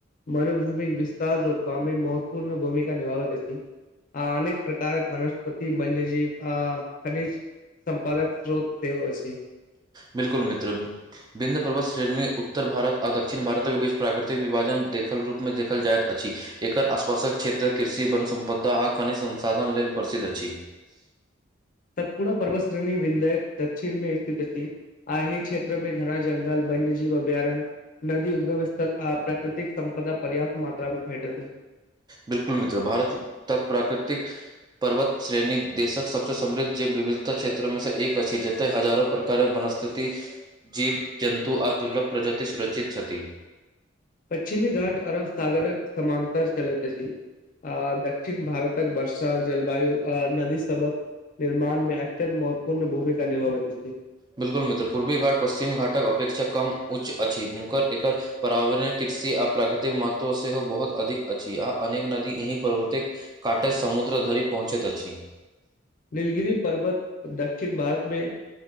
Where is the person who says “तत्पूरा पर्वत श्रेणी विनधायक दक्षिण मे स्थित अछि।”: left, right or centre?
Left